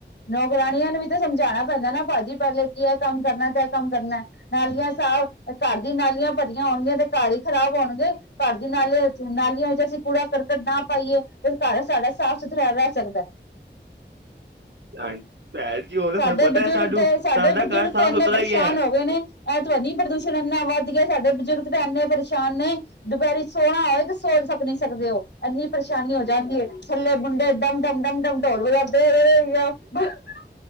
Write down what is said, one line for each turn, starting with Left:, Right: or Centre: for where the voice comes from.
Left: ਨੌਕਰਾਣੀਆਂ ਨੂੰ ਵੀ ਤਾਂ ਸਮਝਾਣਾ ਪੈਂਦਾ ਨਾ ਭਾਜੀ ਪੇਲੇ ਕਿ ਇਹ ਕੰਮ ਕਰਨਾ ਤੇ ਇਹ ਕੰਮ ਕਰਨਾ। ਨਾਲਿਆਂ ਸਾਫ਼ ਘਰ ਦੀ ਨਾਲਿਆਂ ਭਰਿਆਂ ਹੋਣਗਿਆਂ ਤੇ ਘਰ ਹੀ ਖਰਾਬ ਹੋਣਗੇ। ਘਰ ਦੀ ਨਾਲੇ ਇੰਚ, ਨਾਲੀਆਂ ਵਿੱਚ ਅਸੀਂ ਕੂੜਾ ਕਰਕਟ ਨਾ ਪਾਈਏ ਤੇ ਘਰ ਸਾਡਾ ਸਾਫ਼ ਸੁਥਰਾ ਰਹਿ ਸਕਦਾ।
Right: <unintelligible> ਉਹ ਤਾਂ
Left: ਸਾਡੇ
Right: ਸਾਨੂੰ ਪਤਾ
Left: ਬਜ਼ੁਰਗ
Right: ਹੈ ਸਾਨੂੰ
Left: ਤੇ ਸਾਡੇ
Right: ਸਾਡਾ
Left: ਬਜ਼ੁਰਗ
Right: ਘਰ ਸਾਫ਼
Left: ਤੇ ਇੰਨੇ
Right: ਸੁਥਰਾ
Left: ਪਰੇਸ਼ਾਨ
Right: ਹੀ ਹੈ
Left: ਹੋ ਗਏ ਨੇ ਇਹ ਤਵਨੀ ਪ੍ਰਦੂਸ਼ਣ ਇੰਨਾ ਵੱਧ ਗਿਆ। ਸਾਡੇ ਬਜ਼ੁਰਗ ਤੇ ਇਨੇ ਪਰੇਸ਼ ਸ਼ਾਨ ਨੇ ਦੁਪਹਿਰੀ ਸੋਹਣਾ ਹੋਵੇ ਤੇ ਸੋ ਸਕ ਨੀ ਸਕਦੇ ਉਹ ਇੰਨੀ ਪਰੇਸ਼ਾਨੀ ਹੋ ਜਾਂਦੀ ਹੈ ਥੱਲੇ ਮੁੰਡੇ ਡਮ-ਡਮ, ਡਮ-ਡਮ ਢੋਲ ਵਜਾਦੇ ਰਹੇ। <unintelligible>